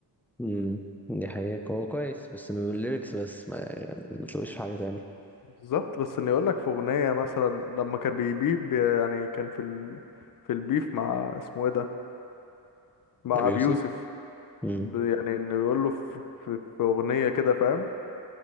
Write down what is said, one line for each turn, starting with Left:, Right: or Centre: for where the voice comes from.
Centre: امم دي حقيقة هو كويس بس من الليركس بس ما يعني ما تلاقوش في حاجة تانية
Left: بالظبط بس اني اقول لك في اغنية مثلا لما كان بيبي بي يعني كان في ال... في البيف مع اسمه ايه ده مع
Centre: أبي
Left: ابي
Centre: يوسف
Left: يوسف
Centre: امم
Left: ب- يعني انه يقول له في, في, في اغنيه كده فاهم